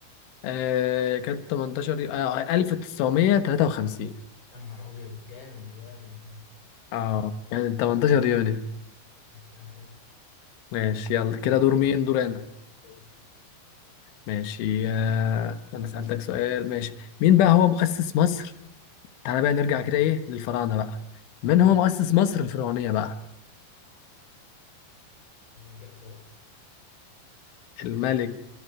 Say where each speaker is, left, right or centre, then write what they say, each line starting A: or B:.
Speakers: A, on the left; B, on the left.
A: آه كانت 18 يو- آه 1953
B: يا نهار أبيض جامد جامد
A: آه يعني 18 يونيو
B: <laughs> عاش
A: ماشي يلا كده دور مين؟ دور أنا
B: دورك
A: ماشي آه أنا سألتك سؤال ماشي مين بقى هو مؤسس مصر تعالى بقى نرجع كده ايه للفراعنه بقى من هو مؤسس مصر الفرعونيه بقى
B: اديني كده اختيارات
A: الملك